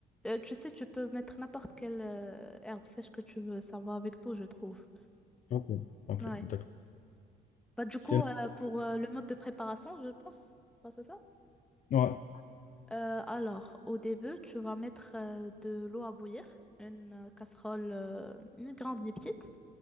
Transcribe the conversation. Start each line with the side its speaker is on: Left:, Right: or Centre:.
Centre: Euh, tu sais, tu peux mettre n'importe quelle euh, herbe sèche que tu veux, ça va avec tout, je trouve.
Left: Ok, ok,
Centre: Ouais.
Left: d'accord.
Centre: Bah, du
Left: Sinon,
Centre: coup, euh, pour euh, le mode de préparation, je pense, Bah, c'est ça?
Left: ouais.
Centre: Euh, alors, au début, tu vas mettre euh, de l'eau à bouillir, une euh, casserole, euh, ni grande ni petite,